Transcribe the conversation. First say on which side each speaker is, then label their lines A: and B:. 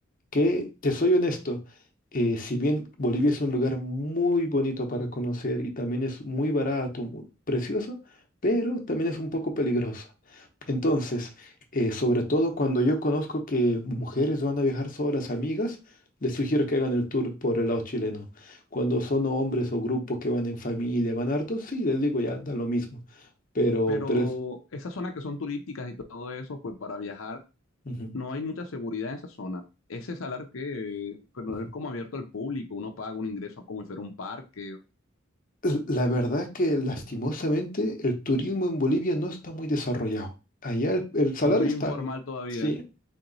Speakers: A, on the left; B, on the left.
A: que, te soy honesto, eh, si bien Bolivia es un lugar muy bonito para conocer y también es muy barato, mu- precioso, pero también es un poco peligroso. Entonces, eh, sobre todo cuando yo conozco que mujeres van a viajar solas, amigas, les sugiero que hagan el tour por el lado chileno. Cuando son hombres o grupos que van en familia, van hartos, sí, les digo ya, da lo mismo. Pero,
B: Pero
A: pero es...
B: esas zonas que son turísticas y todo eso, pues para viajar,
A: Ujú,
B: no hay mucha seguridad en esa zona. Ese salar que, pero
A: ujú.
B: es como abierto al público, uno paga un ingreso como si fuera un parque,
A: L- La verdad que lastimosamente el turismo en Bolivia no está muy desarrollado. Allá el, el salar
B: o sea, muy
A: está
B: informal
A: bien,
B: todavía.
A: sí,